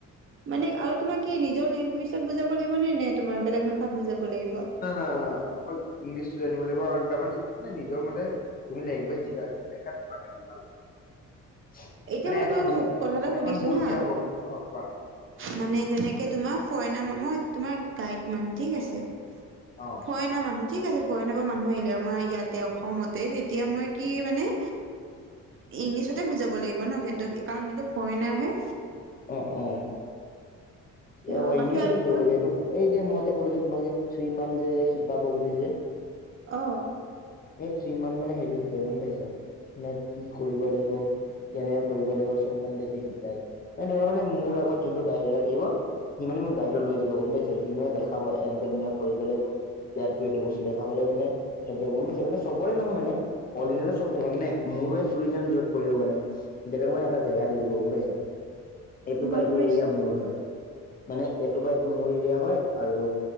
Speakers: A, on the right (about 45°); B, on the left (about 30°).
A: মানে আৰু তোমাক কি নিজৰ লেংগুৱেজত বুজাব লাগিব নে নে তোমাৰ বেলেগ ভাষাত বুজাব লাগিব?
B: ন না না অকল ইংলিছটো জানিব লাগিব আৰু ত মান মানে নিজৰ মতে তুমি লেংগুৱেজ যোতা তোমাৰ কাৰণে ভাল <inaudible>
A: এতিয়া
B: মানে এটা
A: তোমাক
B: বুক
A: চব কথা এটা সুধিছো
B: এখন বুক
A: হা
B: দিয়া হ'ব, অ কোৱা।
A: মানে যেনেকে তোমাৰ ফৰেনা মই তোমাৰ গাইড মানুহ ঠিক আছে।
B: অ
A: ফৰেনা মানুহ, ঠিক আছে ফৰেনাৰ পৰা মানুহ আহিলে আমাৰ ইয়াতে অসমতে তেতিয়া মই কি মানে ইংলিছতে বুজাব লাগিব ন স কাৰণটো ফৰেনাৰ হে,
B: অ অ,
A: আচ্ছা,
B: অ
A: বাকী
B: ইংলিছতে
A: আৰু
B: বুজাব
A: কোৱা
B: লাগে সেইটো এই যে মই যে কলো যে তোমাক থিৰিমান যে শিকাব বুলি যে।
A: অহ,
B: এই থ্ৰী মান মানে সেইটো শিকাই গম পাইছা মানে কি কৰিব লাগিব কেনে কৰিব লাগিব চব মানে তেতিয়া শিকাই মানে ধৰা মানে মোৰ আগত যোনটো গাড়ীৰ থাকিব। সি মানে মোক গাডত লৈ যাব গম পাইছা সি মানে দেখাব এনেকুৱৈ তেনেকৈ কৰিব লাগিব ইয়াত গৈ এইটো বস্তু দেখাব লাগ মানে থাক গম পাইছা মানে চবৰে নহয় মানে অল ইণ্ডিয়াতো চব থাকে মানে মোৰ মানে টুৰিজম যত পৰি মানে দেউক মানে এটা জেগা দি দিব গম পাইছা। এইটো পা
A: গম
B: এইটো
A: পাইছো
B: এৰিয়া মোৰ হয়। মানে এইটো পৰা এইটো মোৰ এৰিয়া হয়, আৰু